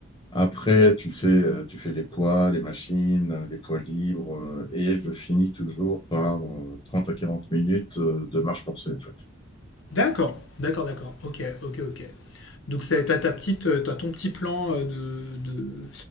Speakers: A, on the left; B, on the left.
A: Après, tu fais, euh, tu fais les poids, les machines, euh, les poids libres. euh, et je finis toujours par euh, 30 à 40 minutes euh, de marche forcée, en fait.
B: D'accord, d'accord, d'accord. Ok, ok, ok. Donc c'est t'as ta petite, euh, t'as ton petit plan euh, de, de,